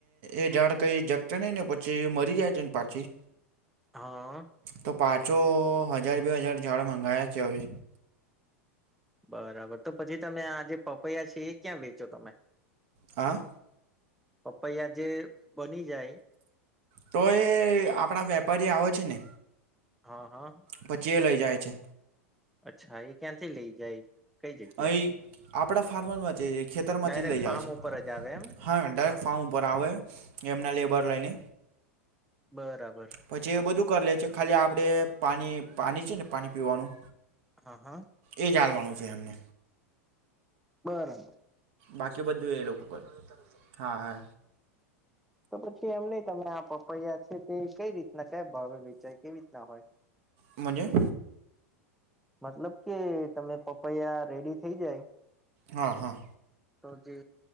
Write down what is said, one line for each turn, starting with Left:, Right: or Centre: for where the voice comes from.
Right: એ ઝાડ કઈ જગતા નઈ ને પછી મરી જાય છેને પાછી
Centre: હા
Right: તો પાછો હજાર બે હજાર ઝાડ મંગાયા છે હવે.
Centre: બરાબર. તો પછી તમે આ જે પપૈયા છે એ ક્યાં વેચો તમે?
Right: હા.
Centre: પપૈયા જે બની જાય
Right: તો એ આપણા વેપારી આવે છે ને.
Centre: હા. હા.
Right: પછી એ લઇ જાય છે.
Centre: અચ્છા એ ક્યાંથી લઈ જાય? કઈ જગ્યા
Right: અહીં આપણા ફાર્મરમાં ખેતરમાંથી
Centre: ડાયરેક્ટ
Right: લઈ જાય
Centre: ફાર્મ
Right: છે.
Centre: ઉપર જ આવે એમ
Right: હા. ડાયક ફારમ ઉપર આવે. એમના લેબર લઈને,
Centre: બરાબર
Right: પછી એ બધું કરી લે છે ખાલી આપ આપણે પાણી પાની છે ને પાણી પીવાનું
Centre: હા હા
Right: એ જ આલવાનું છે એમને
Centre: બરાબર.
Right: બાકી બધું એ લોકો કરે. હા હે.
Centre: તો પછી એમ નહીં તમે આ પપૈયા છે, તે કઈ રીતના કયા ભાવે વિચાય કેવી રીતના હોય?
Right: મનજે?
Centre: મતલબ કે તમે પપૈયા રેડી થઇ જાય
Right: હા હા
Centre: તો જે